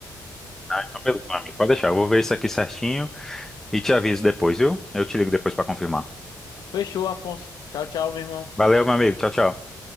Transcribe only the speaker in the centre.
Ah, então beleza, meu amigo. Pode deixar, eu vou ver isso aqui certinho e te aviso depois, viu? Eu te ligo depois pra confirmar.
Valeu, meu amigo. Tchau, tchau.